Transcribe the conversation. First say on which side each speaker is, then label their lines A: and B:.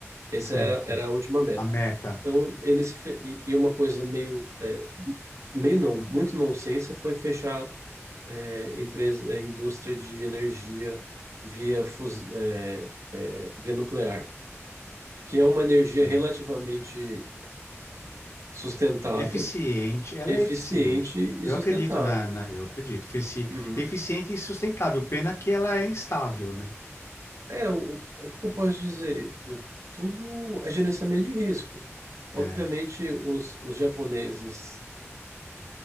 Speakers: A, on the right; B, on the left.
A: Essa
B: Certo,
A: era, era a última meta.
B: a meta.
A: Então, eles... fe- E e uma coisa meio... é, meio não, muito nonsense foi fechar é, empresa, é, indústria de energia via, fus- é, é, via nuclear, que é uma energia
B: tá.
A: relativamente sustentável,
B: Eficiente, ela
A: eficiente
B: é eficiente.
A: e
B: Eu
A: sustentável.
B: acredito na, na- eu acredito. Efici-
A: Uhum.
B: Eficiente e sustentável, pena que ela é instável, né?
A: É, o, é o que eu posso dizer? É, tudo é gerenciamento de risco. Obviamente,
B: É.
A: os, os japoneses,